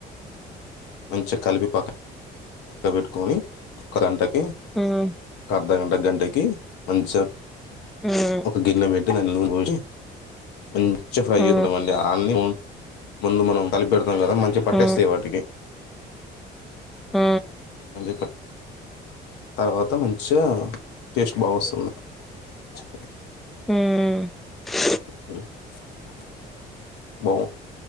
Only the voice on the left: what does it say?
పంచ కాల్విపాకా పెట్టుకొని ఒక గంటకి
ఒక అర్ధ గంట గంటకి మంచిగా
ఒక గిన్నె పెట్టి దాన్ని నూరు పో మ వచ్చ ఫ్రై చే
ఉంటా అండి అన్నీ ముందు మనం కలిపెడుతుంది ం కదా మంచి పట్టేస్తాయి
వాటికి
అే త హద్ అంత మంచిగా టెస్ట్ బాగుస్ంది <unintelligible>
అ బా